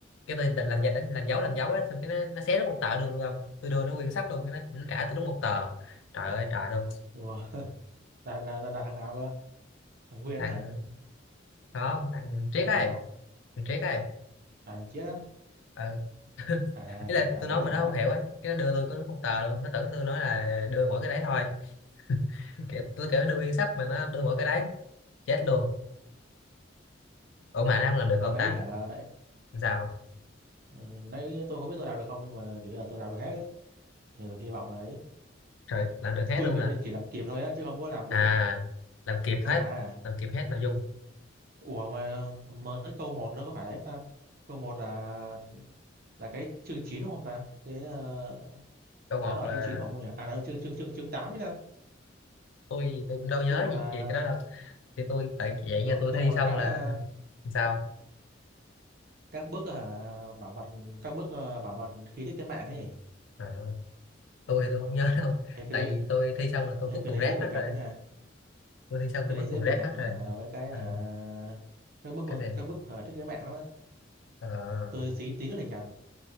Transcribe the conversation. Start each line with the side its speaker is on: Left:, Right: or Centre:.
Left: Cái tôi định làm giả đánh làm dấu làm dấu á, xong cái nó nó xé đúng một tờ đường luôn không? Tôi đưa nó nguyên sách luôn, cái nó, nó trả tôi đúng một tờ. Trời ơi trời luôn.
Right: Ủa, <laughs> là, là, là, là thằng nào cơ thằng Nguyên
Left: Thằng
Right: á hả
Left: không, thằng Triết
Right: hay thằng
Left: ấy,
Right: nào
Left: thằng Triết ấy.
Right: à thằng Chiết á
Left: Ừ. <laughs>
Right: à,
Left: Ý
Right: tôi-
Left: là
Right: à
Left: tôi
Right: tôi
Left: nói
Right: biết
Left: mà
Right: thằng
Left: nó
Right: đó
Left: không hiểu ấy, cái nó đưa tôi có đúng một tờ luôn, nó tưởng tôi nói là đưa mỗi cái đấy thôi. <laughs> Kiểu, tôi kiểu nó đưa nguyên sách mà nó đưa mỗi cái đấy, chết luôn. Ủa mà nó không làm được
Right: mà
Left: không
Right: nãy
Left: ta?
Right: hả nãy
Left: Làm Sao?
Right: ừ, nãy tôi không biết tôi làm được không nhưng mà kiểu như là tôi làm được hết ấy ừ, hy vọng là ấy
Left: Rồi làm được hết
Right: tôi
Left: luôn
Right: kiểu
Left: hả?
Right: như chỉ làm kịp thôi á chứ không có làm
Left: À,
Right: đúng
Left: làm
Right: làm kịp
Left: kịp
Right: thôi
Left: hết,
Right: à
Left: làm kịp hết nội dung.
Right: Ủa mà mới câu một nó có phải là ép ta câu một là là cái chương 9 đúng không ta cái ờ,
Left: Câu một
Right: là nó ở
Left: là
Right: chương 9 phải không nhỉ à đâu chương chương chương chương 8
Left: tôi tôi cũng đâu nhớ
Right: Câu một
Left: gì,
Right: là
Left: gì cái đó đâu. Thì tôi tại vậy nha
Right: câu,
Left: tôi
Right: câu
Left: thi
Right: một là
Left: xong
Right: cái
Left: là
Right: ờ,
Left: sao?
Right: các bước ờ, hả bảo mật các bước ờ, bảo mật khi thiết kế mạng ấy.
Left: À, tôi thì tôi không nhớ <laughs> đâu.
Right: Thấy cái
Left: Tại vì
Right: đấy
Left: tôi thi xong là tôi
Right: thấy
Left: vứt
Right: cái
Left: thùng
Right: đấy
Left: rác
Right: dễ bị
Left: hết
Right: nhầm
Left: rồi.
Right: lắm nha.
Left: Tôi thi xong
Right: Cái
Left: tôi vứt
Right: đấy dễ
Left: thùng rác
Right: bị nhầm
Left: hết rồi.
Right: hả với cái
Left: À,
Right: hả các bước
Left: cái gì?
Right: các bước hả, thiết kế mạng lắm á.
Left: À,
Right: Tôi xí tí nữa thì nhầm.